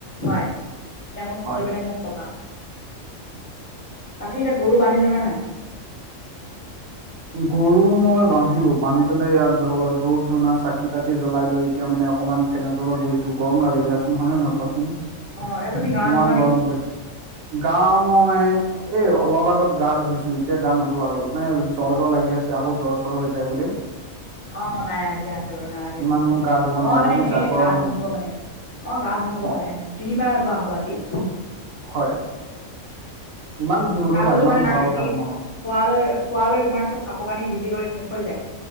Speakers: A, on the left; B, on the right.
A: হয়। এতিয়া
B: হয়
A: সুধি পেলাই মোক কবা, বাকী এতিয়া গৰু বান্ধিল নে নাই?
B: গৰু মই বান্ধিলো, বান্ধি পেলাই ইয়াত ধ-ধূপ ধুনা চাকি- তাকি জ্বলাই লৈ এতিয়া মানেকমান ফেনৰ তলত পঢ়িছো, গৰম লাগে দিয়াচোন হয়, নহয় কোৱাচোন
A: অ এতিয়া তুমি গা
B: ইমান
A: নোধোৱা নে
B: গৰম
A: কি
B: পৰিছে। গা, মই এই অলপ আগত গা, ধুইছো এতিয়া গা, নুধো আৰু মানে জ্বৰ, জ্বৰ লাগি আছে আকৌ জ্বৰ, চৰ হৈ যায় বুলি।
A: অ, নাই, নাই, ঠিকে আছে বাৰু নালাগে
B: ইমানো
A: ধুবলৈ,
B: গা ধুব
A: মই
B: নালাগে
A: মানে
B: বুজিছা
A: সেই
B: গৰম
A: গা-ধু
B: হৈ
A: গৈ মানে। মই গা, ধু্ গৈ
B: অ
A: মানে, তিনিবাৰ ধোৱা হ'ব আজি।
B: হয়। ইমান নুধুবা,
A: তাৰপিছতো
B: ইমান
A: মানে
B: ধোৱাও
A: ৰাতি
B: ভাল নহয়।
A: শুৱালৈ, শুৱালৈ তোমাৰ চব কাপোৰ-কানি, ভিজি কৰি শেষ হৈ যায়